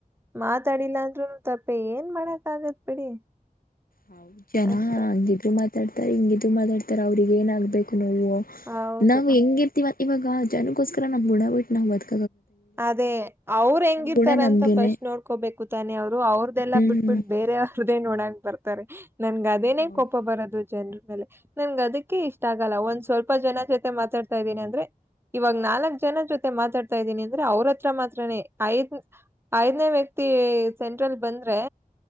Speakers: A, on the right (about 15°); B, on the left (about 70°).
A: ಮಾತಾಡಿಲ್ಲ ಅಂದ್ರೂನು ತಪ್ಪ್ ಏನ್ ಮಾಡಕ್ ಆಗತ್ ಬಿಡಿ
B: ಹೌ ಜನ
A: ಅಷ್ಟೆ
B: ಹಂಗಿದ್ರು ಮಾತಾಡ್ತ ಹಿಂಗ್ ಇದು ಮಾತಾಡ್ತಾರೆ ಅವ್ರಿಗೆ ಏನ್ ಆಗ್ಬೇಕು ನೋ
A: ಹೌದು
B: ನಾವು ಹೆಂಗಿರ್ತಿವ್ ಇವಾಗ ಜನಗೋಸ್ರ ನಮ್ ಬುಡ ಬಿಟ್ಟ್ ನಾವ್ ಬ
A: ಅದೇ ಅವ್ರ್ ಹೆಂಗಿರ್ತಾರ್
B: ಗುಣ
A: ಅಂತ
B: ನಮ್ಗೇನೆ
A: ಫಸ್ಟ್ ನೋಡ್ಕೋಬೇಕು ಕು ತಾನೇ ಅವ್ರದ್ದೆಲ್ಲ
B: ಹ್ಮ್
A: ಬಿಟ್ಬ
B: ಹ್ಮ್
A: ಬಿಟ್ಟು ಬೇರೆ ಅವ್ರದ್ದೇ ನೋಡಾಕ್ ಬರ ತರೆ ನನ್ಗ್ ಅದೇನೇ
B: ಹೌದು
A: ಕೋಪ ಬರೋದು ಜನ್ರು <unintelligible> ನನ್ಗ್ ಅದಕ್ಕೆ ಇಷ್ಟ ಆಗಲ್ಲ ಒಂದ್ ಸ್ವಲ್ಪ ಸ್ವಲ್ಪ ಜನ ಜೊತೆ ಮಾತಡ್ತಾ ಇದೀನಿ ಅಂದ್ರೆ ಇವಾಗ್ ನಾಲ್ಕಕ್ ಜನ ಜೊತೆ ಮಾತಾಡ್ತಾ ಇದ್ದೀನಿ ಅಂದ್ರೆ ಅವ್ರ್ ಹತ್ರ ಮಾತ್ರೇ ಐದ್ ಐದ್ನೇ ವ್ಯಕ್ತಿ ಸೆಂಟ್ರಲ್ ಬಂದ್ರೆ